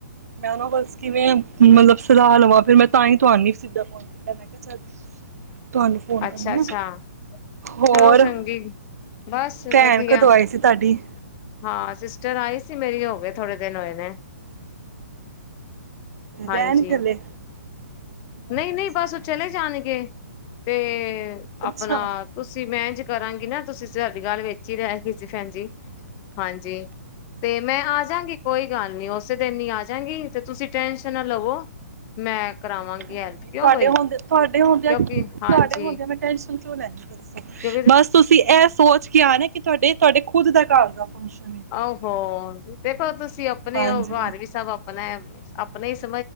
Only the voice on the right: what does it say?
ਮੈਂ ਨਾ ਬਸ ਕਿਵੇਂ ਮਤਲਬ ਸਲਾਹ ਲਵਾਂ ਫਿਰ ਮੈਂ ਤਾਂਹੀ ਤੁਹੀ ਸਿੱਧਾ ਫੋਨ ਕੀਤਾ ਮੈਂ ਕਿਹਾ ਚੱਲ ਤੁਹਾਨੂੰ ਫੋਨ ਕਰਨੀ
ਆ ਹੋਰ
ਭੈਣ
ਕਦੋਂ ਆਈ ਸੀ ਤੁਹਾਡੀ?
ਰਹਿਣ ਚਲੇ
ਅੱਛਾ
ਚਲੋ
ਵਧੀਆ
ਅੱਛਾ
ਤੁਹਾਡੇ
ਹ ਤੁਹਾਡੇ ਹੁੰਦੇਆ,
ਤੁਹਾਡੇ
ਹੁੰਦੇ ਮੈਂ ਟੈਂਨਸ਼ਨ ਕਿਂਓ ਲੈਦੀ ਦੱਸੋ
ਬਸ, ਤੁਸੀਂ ਇਹ ਸੋਚ ਕੇ ਆ ਕਿ ਤੁਹਾਡੇ, ਤੁਹਾਡੇ ਖੁਦ ਦਾ ਘਰ ਦਾ ਫੰਕਸ਼ਨ ਹੈ
ਹਾਂਜੀ